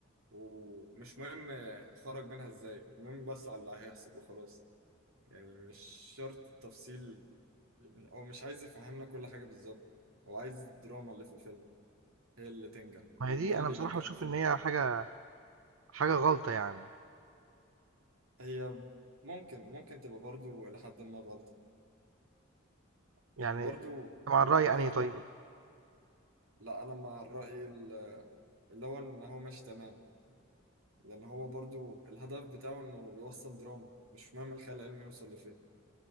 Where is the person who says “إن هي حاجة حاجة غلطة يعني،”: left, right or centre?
Right